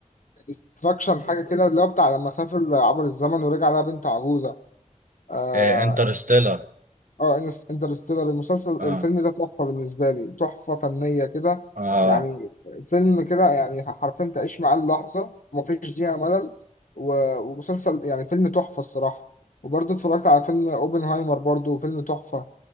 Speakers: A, on the left; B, on the right.
A: استراكشن حاجه كده اللي هو بتاع لما سافر عبر الزمن ورجع لها بنت عجوزه آه،
B: إيه انترستيلر
A: اه إنس- انترستيلر المسلسل
B: اه
A: الفيلم ده تحفة بالنسبة لي تحفة فنية كده
B: اه
A: يعني فيلم كده يعني حرفيا تعيش معاه اللحظة ومفيش دقيقة ملل و- ومسلسل يعني فيلم تحفة الصراحة وبرضه اتفرجت على فيلم اوبنهايمر برضه فيلم تحفة